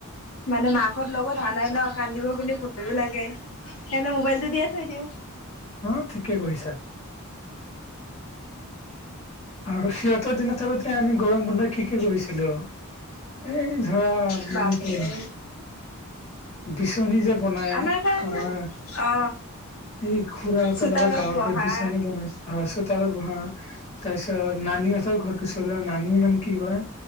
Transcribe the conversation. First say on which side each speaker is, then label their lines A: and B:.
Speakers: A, on the left; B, on the left.
A: মানে মাকহত লগত অহা নাই ন কান্দিব বুলি ভয়ো লাগে সেইকাৰণে মোবাইলটো দিয়ে থৈ দিওঁ।
B: অ ঠিকে কৰিছা। আৰু সিহঁতৰ দিনাতে আৰু আমি গৰম বন্ধত কি কি কৰিছিলো? এই ধৰা
A: বাপৰে
B: মানে কি <unintelligible> বিচনী যে বনাই
A: আমাৰ কাৰণে
B: আমাৰ-
A: অ
B: এই খুড়া হতৰ
A: চোতালত
B: লগত গাঁৱত
A: বহা
B: গৈ বিচানী বনাইছোঁ আৰু চোতালত বহা- তাৰপিছত নানি হতৰ ঘৰত গৈছিলোঁ, নানী মানে কি কয়-